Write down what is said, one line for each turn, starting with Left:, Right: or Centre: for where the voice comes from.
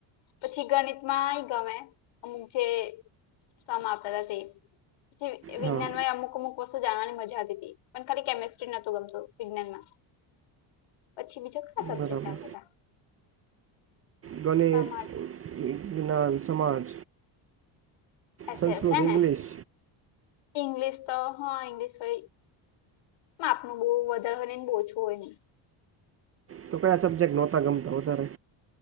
Left: પછી ગણિત માં નઈ ગમે અમુક જે સમ આપતા હતા તે. જે વિજ્ઞાનમાં
Right: હા
Left: એ અમુક અમુક વસ્તુ જાણવાની મજા આવતી હતી. પણ ખાલી કેમેિસ્ટ્રી નતું ગમતું વિજ્ઞાનમાં પછી બીજું કયા સબજેક્ટ
Right: બરાબર
Left: આવ હતા.
Right: ગણિત
Left: સમાજ
Right: વિજ્ઞાન સમાજ
Left: <unintelligible>
Right: સંસ્કૃત
Left: છે
Right: ઇંગ્લિશ
Left: ને ઇંગલીશ તો ઇંગ્લિશ હોય. પણ આપનું બો વધારે હોય નહીં બો ઓછુ હોય નહી.
Right: તો કંયા સબ્જેક્ટ નહોતા ગમતા હો વધારે.